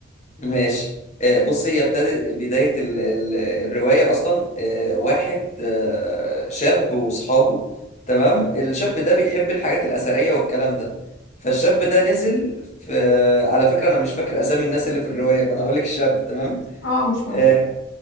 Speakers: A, on the left; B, on the left.
A: ماشي آه، بص هي ابتدت بداية ال- ال- الرواية أصلا آه، واحد آه، شاب وأصحابه تمام الشاب ده بيحب الحاجات الأثرية والكلام ده فالشاب ده نزل في على فكرة أنا مش فاكر أسامي الناس اللي في الرواية فأنا هقول لك الشاب تمام
B: أه مش مهم
A: آه،